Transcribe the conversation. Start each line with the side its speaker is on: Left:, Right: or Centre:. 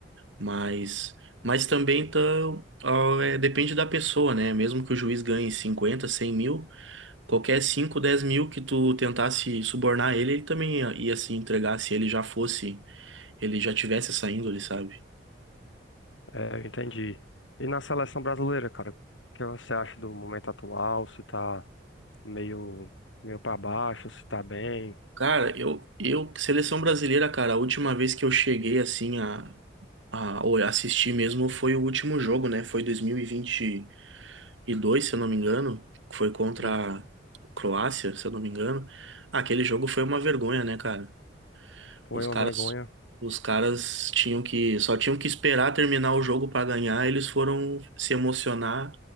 Right: mas, mas também tá, ó, é, depende da pessoa, né? Mesmo que o juiz ganhe 50, 100 mil, qualquer 5, 10 mil que tu tentasse subornar ele, ele também ia, ia se entregar se ele já fosse, ele já tivesse essa índole, sabe?
Left: É, eu entendi. E na seleção brasileira, cara, o que você acha do momento atual? Se tá meio, meio para baixo, se tá bem?
Right: Cara, eu, eu, seleção brasileira, cara, a última vez que eu cheguei assim a, a ou assistir mesmo foi o último jogo, né? Foi dois mil e e vinte e dois se eu não me engano. Foi contra
Left: Isso
Right: a Croácia, se eu não me engano. Aquele jogo foi uma vergonha, né, cara?
Left: foi
Right: Os
Left: uma
Right: caras,
Left: vergonha.
Right: os caras tinham que, só tinham que esperar terminar o jogo pra ganhar. Eles foram se emocionar,